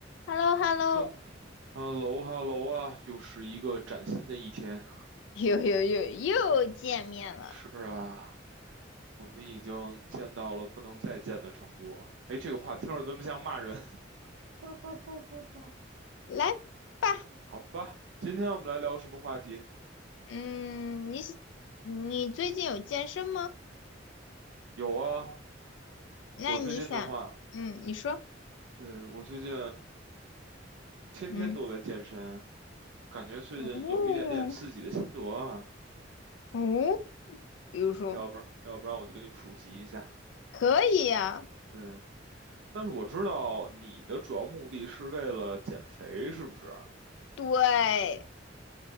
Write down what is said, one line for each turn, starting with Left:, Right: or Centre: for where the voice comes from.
Left: h e l l o h e l l o
Right: 呃哈喽哈喽啊，又是一个崭新的一天。
Left: <laughs> 又又又又见面了，
Right: 是啊，我们已经见到了不能再见的程度了。哎，这个话听着怎么像骂人？<laughs> 哈哈哈哈
Left: 来吧，
Right: 好吧，今天我们来聊什么话题？
Left: 嗯，你你最近有健身吗？
Right: 有啊，
Left: 那你想，
Right: 我最近的话，
Left: 嗯，你说，
Right: 对，我最近天天都在健身，
Left: 嗯，
Right: 感觉最近有一点点自己的心得啊。
Left: 哦，哦，比如说，
Right: 要不然，要不然我就给你普及一下。
Left: 可以呀、
Right: 对，但是我知道你的主要目的是为了减肥，是不是？
Left: 对，